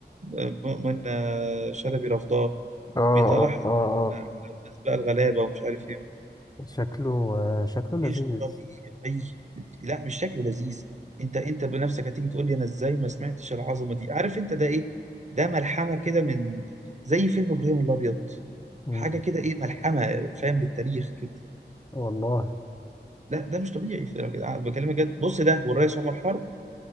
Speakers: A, on the right; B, on the left.
A: آه، منة شلبي رفضاه
B: اه
A: بيطلعها على
B: اه اه
A: الناس بقى الغلابه ومش عارف ايه
B: شكله آه، شكله لذيذ
A: مش طبيعي لا مش شكله لذيذ انت انت بنفسك هتيجي تقول لي انا ازاي ما سمعتش العظمه دي عارف انت ده ايه ده ملحمه كده من زي فيلم ابراهيم الابيض
B: مم.
A: حاجه كده ايه ملحمه فاهم للتاريخ كده
B: والله
A: لا ده مش طبيعي في- بكلمك جد بص ده والريس عمر حرب